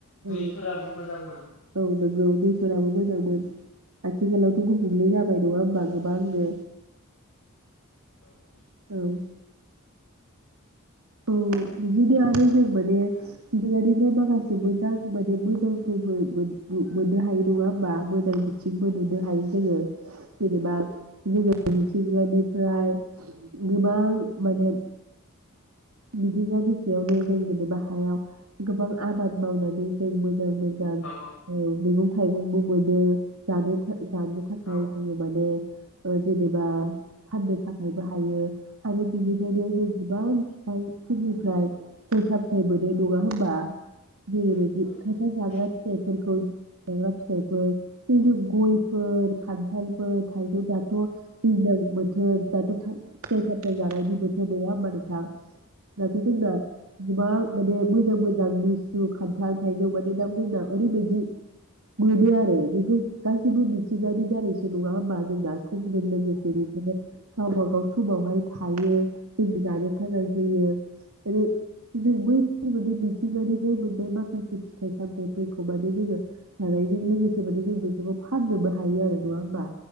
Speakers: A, on the left (about 70°); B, on the right (about 85°).
A: दैफोराबो
B: औ
A: मोजांमोन
B: औ नोंगौ। फोराबो मोजांमोन आथिखालावथ गुबुंले जाबाय नङा होमबा गोबांनो।
A: औ
B: औ। औ बिदिनो आरो जों माने मिथिंगानिफ्राय माखासे मोजां माने मोजांफोरबो मोन-मोननो हाय नङा होमबा मोजां बिथिंबो नुनो हायो जोङो जेनेबा जोङो मिथिंगानिफ्राय गोबां माने मिथिंगा बिखायावनो जों जेनेबा हायाव गोबां आबाद मावनानै जों मोन मोजां मोजां
A: औ
B: औ मेगं थाइबेंबो मोनो जानो था जानो थाखाय
A: औ
B: जोङो माने ओ जेनेबा फाननो थाखायबो हायो आरो बिनिखाइनो जों गोबां आइफोरनिफ्राय फिथाइ साबथाय मोनो नङा होमबा जेरैबायदि
A: औ
B: खायफा जाग्रा फिथा फोरखौ जाग्रा फिथाइफोर बै जे गयफोर खान्थालफोर थाइजौ दा <unintelligible> बोथोर दाथ' थाइ फिथाइ सामथाय जानायनि बोथोर नङा होनबा नोंथां? दाथ' जोंना गोबां माने मोजां मोजां लिसु खान्थाल थाइजौ माने दा जोंना ओरैबायदि मोनो आरो बेफोर गासैबो मिथिंगानि दारैसो नङा होमबा जोंना समजों लोगोसे बेफोरो गावबा गाव समावहाय थायो जों जानो थाखाय। होयो ओरै जों बै माने मिथिंगानिफ्राय मोननाय माखासे फिथाइ सामथफोरखौ माने जोङो जानायजों लोगोसे माने जों बेफोरखौ फाननोबो हायो आरो नङा होमबा